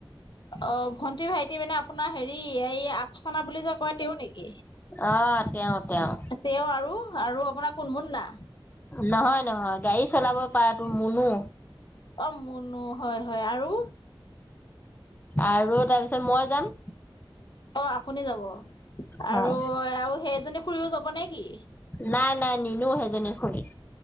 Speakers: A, on the left; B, on the left.
A: অ ভন্টি ভাইটি মানে আপোনাৰ হেৰি এই চৌনা বুলি যে কয় তেওঁ নেকি।
B: অ তেওঁ তেওঁ
A: তেওঁ আৰু আৰু আপোনাৰ কোন মুন্না?
B: নহয় নহয় গাড়ী চলাব পৰাতো মুনো।
A: অ মুনো হয় হয় আৰু।
B: আৰু তাৰপিছত মই যাম
A: অ আপুনি যাব
B: হয়
A: আৰু আৰু সেইজনী খুৰীও যাব নে কি
B: নাই নাই নিনো সেইজনী খুৰীক